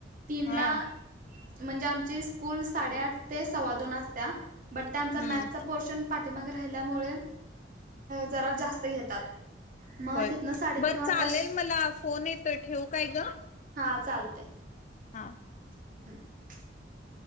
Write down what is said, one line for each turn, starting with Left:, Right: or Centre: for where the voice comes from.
Right: तीनला
Left: हा
Right: म्हणजे आमची स्कूल साडे आठ ते सव्वा दोन असते बट त्याचं
Left: हम्म
Right: मॅथचा पोर्शन पाठीमागे राहिल्यामुळे जरा जास्त घेतात मग
Left: होय
Right: तिथनं साडेतीन
Left: बरं
Right: वाजता
Left: चालेल मला फोन येतोय ठेवू काय गं?
Right: हा चालतय
Left: हा.
Right: <unintelligible>